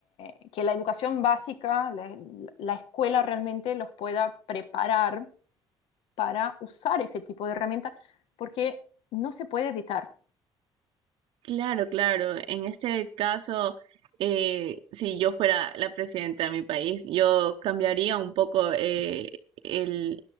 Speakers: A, on the left; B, on the right.
A: eh, que la educación básica, la la escuela realmente los pueda preparar para usar ese tipo de herramienta porque no se puede evitar.
B: Claro, claro. En este caso, eh, si yo fuera la presidenta de mi país, yo cambiaría un poco eh, el-